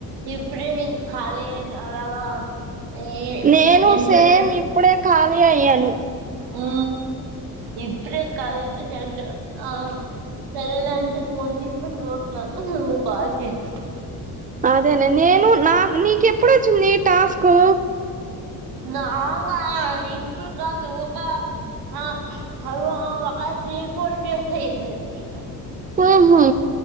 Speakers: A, on the right (about 75°); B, on the right (about 25°).
A: ఇప్పుడే నేను కాలి అయిన అలాగా ఏ
B: నేను
A: ఎండలు
B: సేమ్ ఇప్పుడే ఖాళీ అయ్యాను
A: ఉ ఇప్పుడె కలిగున్నా చల్డ్ ఆ సరేలే అని ఫోన్ తీసుకుని జుతున్నాను నువ్వు కాల్ చేసావ్
B: అదేనే నేను నా నీకెప్పుడొచ్చింది టాస్కు
A: నాగా ఇప్పుడు కాదు ఒక ఆ అవను ఒక త్రీ ఫోర్ డేస్ అయింది ఒచ్చి
B: ఓహో